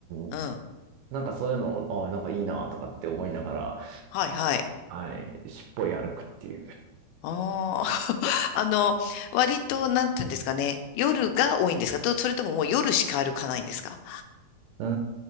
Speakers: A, on the left; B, on the right.
A: うん。
B: ん。なんかそういうの、あなんかいいなとかって思いながら、
A: はいはい。
B: はい、しっぽり歩くっていう。
A: ああ、<laughs> あの、割と、なんていうんですかね。夜が多いんですかと、それとももう夜しか歩かないんですか
B: うー